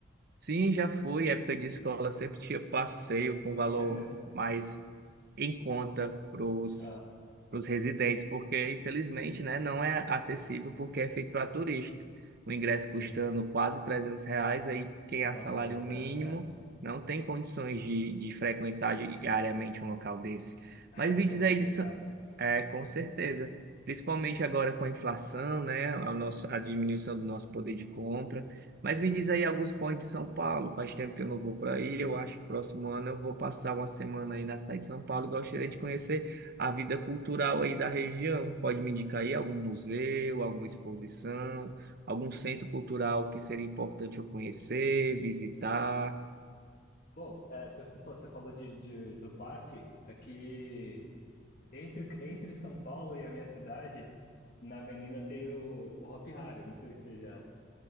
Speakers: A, on the right; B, on the left.
A: Sim, já foi, época de escola sempre tinha passeio com valor
B: É mesmo?
A: mais em conta para os
B: Ah,
A: residentes, porque infelizmente, né, não é acessível porque é feito para turista. O ingresso custando
B: sim.
A: quase 300 reais, aí quem é
B: Nossa,
A: salário
B: é muito,
A: mínimo
B: é, é,
A: não tem condições de, de frequentar diariamente um local desse.
B: <laughs> é
A: Mas me
B: um pouco
A: diz aí,
B: complicado.
A: de Sa- é, com certeza, principalmente agora com a inflação, né, a, nossa, a diminuição do nosso poder de compra, Mas me diz aí alguns pontos de São Paulo. Faz tempo que eu não vou para aí. Eu acho que próximo ano eu vou passar uma semana aí na cidade de São Paulo e gostaria de conhecer a vida cultural aí da região. Pode me indicar aí algum museu, alguma exposição, algum centro cultural que seria importante eu conhecer, visitar?
B: Bom, é, você, fa- pô, você falou de, de- do parque, aqui entre, entre São Paulo e a minha cidade, na avenida tem o, o Hop Hari, não sei se você já,